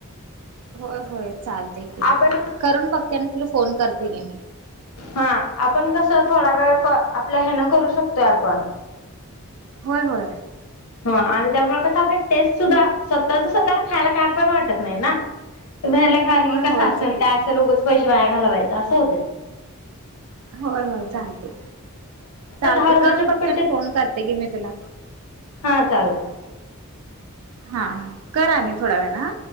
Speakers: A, on the right (about 70°); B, on the left (about 80°).
A: होय होय चालते की
B: आपण
A: करून बघते आणि तुला फोन करते घे मी.
B: हा आपण कस थोडा वेळ आपल्या हेन करू शकतोय आपण.
A: होय होय.
B: ह आणि त्यामुळे कस आपल्या टेस्ट सुद्धा स्वतःच स्वतःला खायला काय पण वाटत नाही ना! ते बाहेरलं खायल
A: होय
B: की कस
A: होय
B: असल
A: चालेल
B: तस काय असल उगच पैसे वाया घालवायच असं होतय
A: होय होय चालतय चालतय
B: दहा रुपयाच्या
A: करून बघते
B: पेटीत
A: आणि फोन करते की मी तुला
B: हा चालत
A: हा हा कर आणि थोड्या वेळाने हा